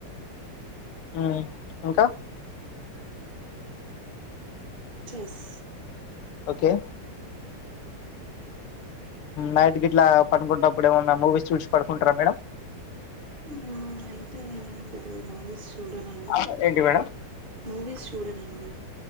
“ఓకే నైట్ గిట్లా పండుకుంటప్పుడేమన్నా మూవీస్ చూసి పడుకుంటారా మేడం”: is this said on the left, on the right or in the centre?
Left